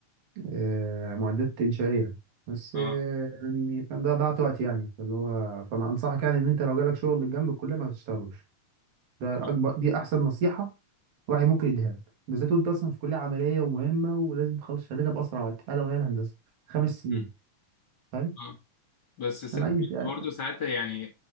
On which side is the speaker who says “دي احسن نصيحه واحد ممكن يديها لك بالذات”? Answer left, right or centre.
Right